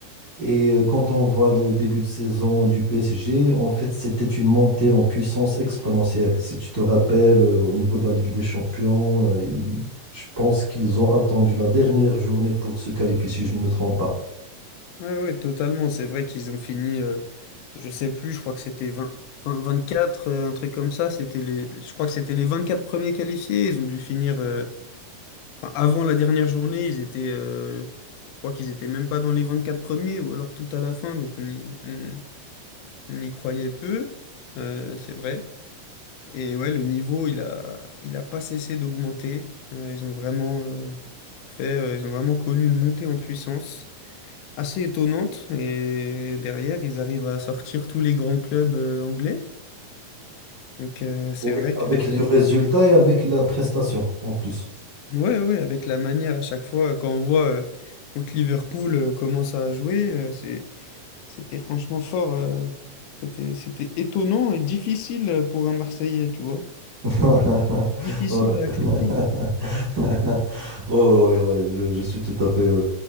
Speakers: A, on the right; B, on the left.
A: Et euh, quand on voit le début de saison du PSG, en fait, c'était une montée en puissance exponentielle. Si tu te rappelles, euh, au niveau de la Ligue des Champions, euh, il- je pense qu'ils ont attendu la dernière journée pour se qualifier, si je ne me trompe pas.
B: Ouais, ouais, totalement. C'est vrai qu'ils ont fini, euh, je sais plus, je crois que c'était 20 20 24, euh, un truc comme ça. C'était les, je crois que c'était les 24 premiers qualifiés. Ils ont dû finir, euh, enfin, avant la dernière journée, ils étaient, euh, je crois qu'ils étaient même pas dans les 24 premiers ou alors tout à la fin. Donc on y, on, on y croyait peu, euh, c'est vrai. Et ouais, le niveau, il a, il a pas cessé d'augmenter. Euh, ils ont vraiment, euh, fait, euh, ils ont vraiment connu une montée en puissance assez étonnante. Et derrière, ils arrivent à sortir tous les grands clubs euh, anglais. Donc euh, c'est
A: Oui.
B: vrai
A: Avec
B: que
A: le
B: c'est-
A: résultat et avec la prestation, en plus.
B: ouais ouais avec la manière à chaque fois quand on voit euh, contre Liverpool euh, comment ça a joué, euh, c'est c'était franchement fort. euh, c'était c'était étonnant et difficile pour un Marseillais, tu vois.
A: <laughs>
B: Difficile
A: Ouais.
B: à accepter.
A: <laughs>
B: hein.
A: Ouais, ouais, ouais, je, je suis tout à fait euh,